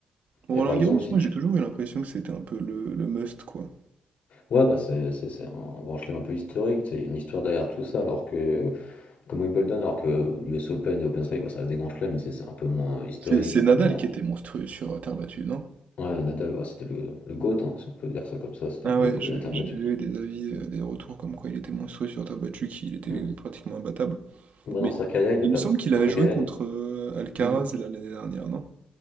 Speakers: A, on the right; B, on the left.
A: Roland-Garros,
B: Et par exemple, si
A: moi
B: tu
A: j'ai toujours eu l'impression que c'était un peu le, le must, quoi.
B: Ouais, bah c'est c'est- c'est un grand chelem un peu historique, tu sais, il y a une histoire derrière tout ça, alors que, comme Wimbledon, alors que l'US Open et Open Strike, bah, ça reste des grands chelems, mais tu sais, c'est un peu moins historique,
A: C'est c'est
B: un
A: Nadal
B: peu moins.
A: qui était monstrueux sur euh, terre battue, non?
B: Ouais, Nadal, ouais, c'était le, le GOAT, hein, si on peut dire ça comme ça, c'était
A: Ah
B: le GOAT
A: ouais,
B: de
A: j'ai
B: la terre
A: j'ai
B: battue.
A: eu des avis, euh, des retours comme quoi il était monstrueux sur terre battue, qu'il était
B: Mm.
A: pratiquement imbattable.
B: Bah,
A: Mais
B: dans sa carrière, il
A: il
B: a pas.
A: me semble qu'il avait
B: Dans sa
A: joué
B: carrière.
A: contre
B: il
A: euh, Alcaraz
B: a- Mm.
A: là, l'année dernière, non?